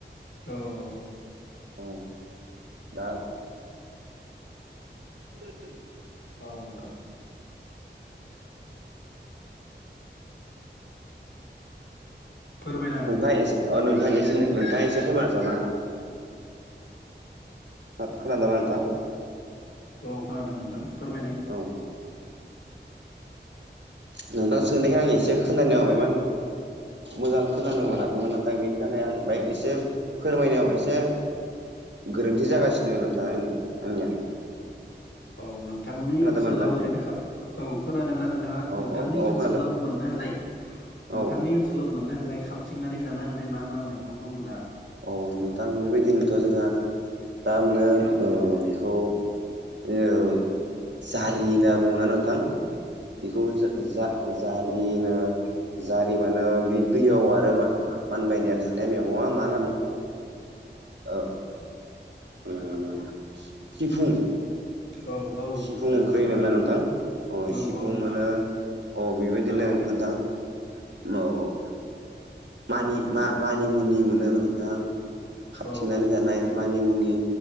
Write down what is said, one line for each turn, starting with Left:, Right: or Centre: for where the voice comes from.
Left: औ <unintelligible>
Right: औ दा <unintelligible>
Left: औ नोंथां फोरमायनो हागोन
Right: नोंथाङा एसे अ नोंथां एसे नोंथाङा एसे फोरमायानसावनाङा ओ खोनादोंना नोंथां
Left: औ खोनादों नोंथां फोरमायनाय
Right: औ नोंथां सोंनायखाय आं एसे खोनानोबायमोन मोजां खोनानो
Left: औ
Right: मोनाखैमोन नाथाय बेनि थाखाय आं बेाय एसे फोरमायनायाव एसे गोरोन्थि जागासिनो नोंथा आंनिया
Left: औ नोंथांनि
Right: खोनादोंमोन
Left: ओनसोलाव
Right: नोंथां
Left: ओरैनो खााब औ खोनादोंना नोंथाङा
Right: औ
Left: नोंथांनि
Right: औ औ
Left: ओनसोलाव
Right: खोनादों
Left: मोननो हानाय नोंथांनि
Right: औ
Left: ओनसोल सखोलाव मोननो हानाय खाबथिंनानै जानो हानाय मा मा मैगं दङ दा
Right: औ नोंथां बेबायदिनोथ' जोङो दारमाने ओ बेखौ जों जारि होनना
Left: औ
Right: बुङो ना नोंथां बेखौ जों जा जारिनो जारि मोनो बे दैयाव आरो मा मानबायनाया थानाया मैगङा मा <unintelligible> ओम सिफुं।
Left: औ औ
Right: सिफुं
Left: औ
Right: ओंख्रि
Left: नंगौ
Right: होनोमोना नोंथां अ
Left: नंगौ
Right: सिफुं
Left: नोंथां
Right: मोनो। अ बेबायदिनो
Left: औ
Right: नोंथां औ। मानि मा मानिमुनि मोनो नोंथां खाबथिंनानै
Left: औ
Right: जानाय मानिमुनि।